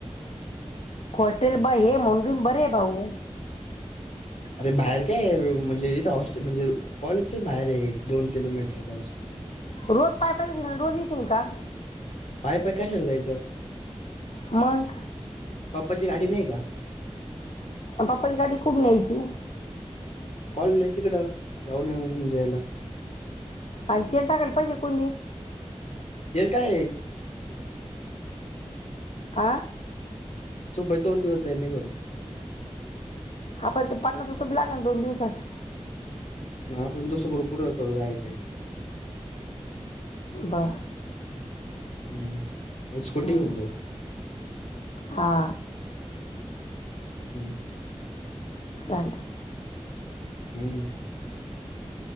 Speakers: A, on the left (about 70°); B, on the left (about 85°).
A: हॉस्टेल ब हे म्हणून तुम्ही बरे आहे भाऊ.
B: अरे बाहेर काय म्हणजे इथ हॉस्टेल म्हणजे कॉलेजच बाहेर ये दोन किलोमीटर बस.
A: रोज पाय पाय जाशील रोज ईशीन का.
B: पाय पाय कशाला जायचं
A: मग.
B: पप्पाची गाडी नाही का
A: पाप्पाची गाडी कुठ न्यायची.
B: कॉलेजला तिकडं जाऊन येऊ येऊन घेऊन जायला.
A: आणि तेल टाकायल पैसे कोण देईन.
B: तेल काय
A: आं.
B: सुप्यात दोन दिवस जाईन निघून
A: पर ते पन्नास रुपये <unintelligible> दोन दिवसाचा
B: म आपण दुसकड कुड चल जायचंय.
A: बर.
B: हम्म. स्कूटी
A: हम्म
B: घेऊन जाऊ
A: हा.
B: हम्म.
A: चाल.
B: हम्म.